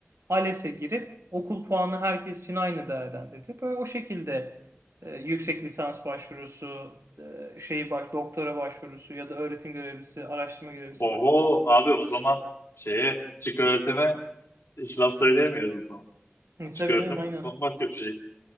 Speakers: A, on the right; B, on the left.
A: ALES'e girip okul puanı herkes için aynı değerlendirilip böyle o şekilde e, yüksek lisans başvurusu, e, şey bak doktora başvurusu ya da öğretim görevlisi, araştırma görevlisi
B: Oho
A: bak.
B: abi o zaman şeye çık öğretime Hiç laf söyleyemiyoruz o zaman.
A: Hı,
B: Açık
A: tabii
B: öğretim
A: canım aynen.
B: bambaşka bir şey.